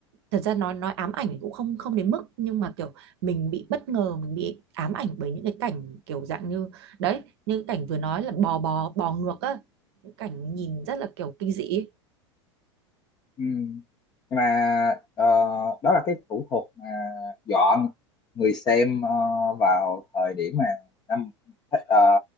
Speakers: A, on the right; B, on the left.
A: thật ra nói nói ám ảnh cũng không không đến mức nhưng mà kiểu mình bị bất ngờ mình bị ám ảnh bởi những cái cảnh kiểu dạng như đấy như cảnh vừa nói là bò bò bò ngược á những cảnh nhìn rất là kiểu kinh dị ấy.
B: ừ. nhưng mà ờ, đó là cái thủ thuật mà dọn người xem ờ, vào thời điểm mà năm ờ,